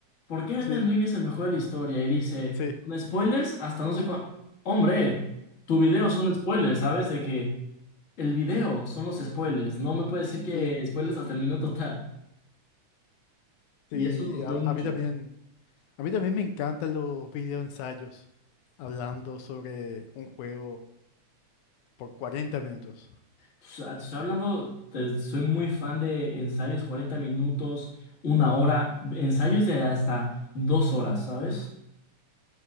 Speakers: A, on the left; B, on the left.
A: ¿Por qué
B: sí,
A: Elden Ring es el mejor de la historia? Y dice,
B: sí,
A: con spoilers hasta no sé cuándo. Hombre, tu video son spoilers, ¿sabes? De que el video son los spoilers. No me puedes decir que
B: sí,
A: spoilers hasta el minuto tal.
B: sí.
A: Y eso los
B: A,
A: veo mucho.
B: a mí también, a mí también me encantan los videoensayos hablando sobre un juego por 40 minutos.
A: Pues, ah, te estoy hablando, te- soy muy fan de ensayos 40 minutos, una hora, ensayos de hasta dos horas, ¿sabes?